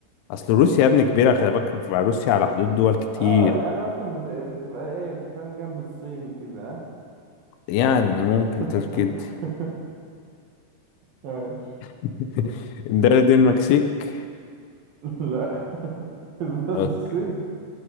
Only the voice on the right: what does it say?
اه يعني مثلا بت... بتبقى ايه انت فاهم جنب الصين كده ها؟
<laughs>
ماشي
لا البلد
الصين